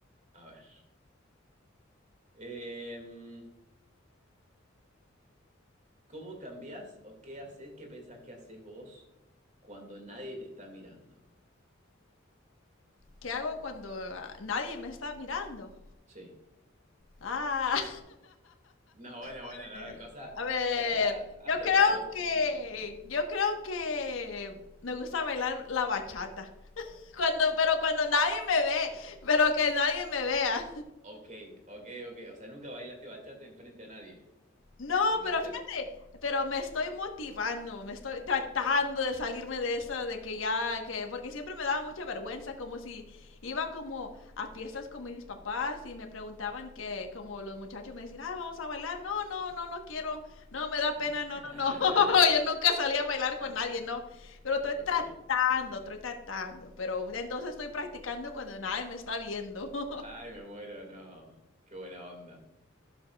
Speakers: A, on the right; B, on the left.
A: A ver. Em, ¿cómo cambiás o qué haces, qué pensás que haces vos cuando nadie te está mirando?
B: ¿Qué hago cuando ah, nadie me está mirando?
A: Sí.
B: Ah,
A: No, bueno,
B: <laughs>
A: bueno, no, cosa,
B: a ver.
A: cosa apta
B: Yo creo
A: para todo público.
B: que. Yo creo que. Me gusta bailar la bachata. Cuando, pero cuando nadie me ve, pero que nadie me vea.
A: Ok, ok, ok. O sea, nunca bailaste bachata enfrente a nadie,
B: No,
A: pero lo
B: pero
A: haces.
B: fíjate, pero me estoy motivando, me estoy tratando de salirme de eso, de que ya, que, porque siempre me daba mucha vergüenza, como si iba como a fiestas con mis papás y me preguntaban que, como los muchachos me decían, ah, vamos a bailar, no, no, no, no quiero, no, me da
A: <laughs>
B: pena, no, no, no, <laughs> yo nunca salí a bailar con nadie, no, pero estoy
A: Ok.
B: tratando, estoy tratando, pero entonces estoy practicando cuando nadie me está viendo. <laughs>
A: Ay, me muero, no. Qué buena onda.